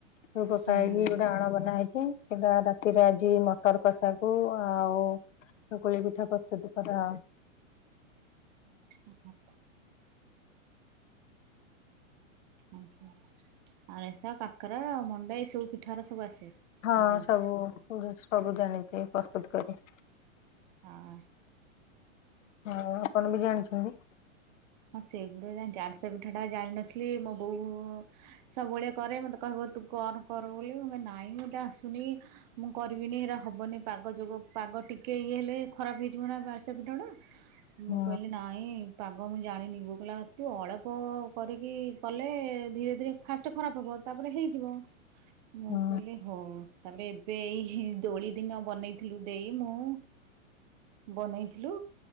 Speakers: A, on the left; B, on the right.
A: ସବୁ ପକା
B: ହୁଁ
A: ହେଇକି ଗୋଟେ ଆଣ ବନା ହେଇ ସେଟା ରାତିରେ ଆଜି ମଟର କଷାକୁ ଆଉ ଚକୁଳି ପିଠା ପ୍ରସ୍ତୁତି କର।
B: ଅହଂ। ଆଜ୍ଞା <inaudible> ଆରିସା କାକରା ଆଉ ମଣ୍ଡା ଏଇ ସବୁ ପିଠାର ସବୁ ଆସେ
A: ହଁ
B: ଆପଣ?
A: ସବୁ ସବୁ ଜାଣିଛି ପ୍ରସ୍ତୁତ କରି।
B: ହଁ।
A: ହଁ ଆପଣ ବି ଜାଣିଛନ୍ତି?
B: ହଁ ସେଇଗୁଡା ଜାଣିଚି। ଆରିଶା ପିଠା ଟା ଜାଣିିନଥିଲି ମୋ ବୋଉ ସବୁବେଳେ କରେ ମତେ କହିବ ତୁ କର କର ବୋଲି ମୁଁ କହେ ନା ନାଇଁ ମତେ ଆସୁନି ମୁଁ କରିବିନି ହେରା ହବନି ପାଗ ଯୋଗ ପାଗ ଟିକେ ଇଏ ହେଲେ ଖରାପ ହେଇ ଏଗୁଡାକ କଣ ଆରିସା
A: ହଁ
B: ମୁଁ କହିଲି ନାଇଁ କଣ ମୁଁ ଜାଣିନିି ବୋଉ କହିଲା ତୁ ଅଳ୍ପ କରିକି କଲେ ଧୀରେ ଧୀରେ ଫାଷ୍ଟ ଖରାପ ହବ ତାପ ହେଇଯିବ ମୁଁ
A: ହଁ
B: କହିଲି ହଉ ତାପରେ ଏବେ ଏଇ ଦୋଳି ଦିନ ବନେଇଥିଲୁ ଦେଇ ମୁଁ ବନେଇଥିଲୁ